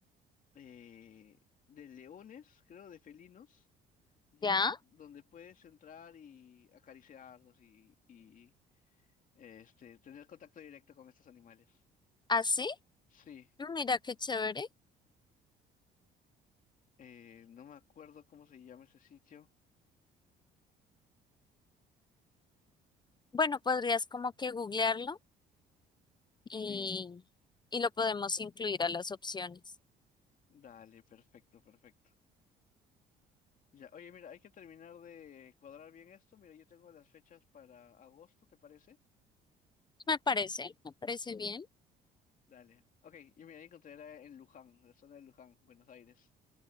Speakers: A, on the left; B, on the left.
A: eh, de leones, creo, de felinos, ya,
B: ¿Ya?
A: donde puedes entrar y acariciarlos y, y este, tener contacto directo con estos animales.
B: ¿Así?
A: Sí,
B: Mira qué chévere.
A: eh, no me acuerdo cómo se llama ese sitio.
B: Bueno, podrías como que googlearlo y,
A: Sí,
B: y lo podemos incluir a las opciones.
A: dale, perfecto, perfecto. Ya, oye, mira, hay que terminar de cuadrar bien esto. Mira, yo tengo las fechas para agosto, ¿te parece?
B: Me parece, me parece bien.
A: Dale. Ok, yo me encontré era en Luján, la zona de Luján, Buenos Aires.